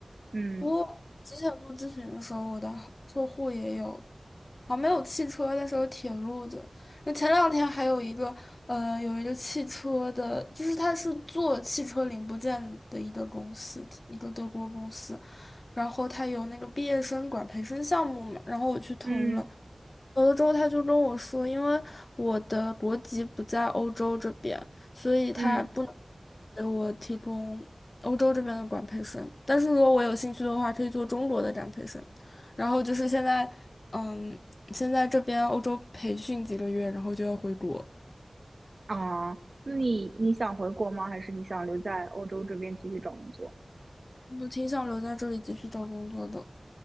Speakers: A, on the right; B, on the left.
A: 嗯
B: 我之前做咨询的时候，我的客户也有，啊，没有汽车，但是有铁路的。那前两天还有一个，呃，有一个汽车的，就是他是做汽车零部件的一个公司，一个德国公司。然后他有那个毕业生管培生项目嘛，然后我去投了。
A: 嗯
B: 有了之后，他就跟我说，因为我的国籍不在欧洲这边，所以他不能
A: 嗯
B: 给我提供欧洲这边的管培生。但是如果我有兴趣的话，可以做中国的展培生。然后就是现在，嗯，现在这边欧洲培训几个月，然后就要回国。
A: 啊，那你你想回国吗？还是你想留在欧洲这边继续找工作？
B: 我挺想留在这里继续找工作的。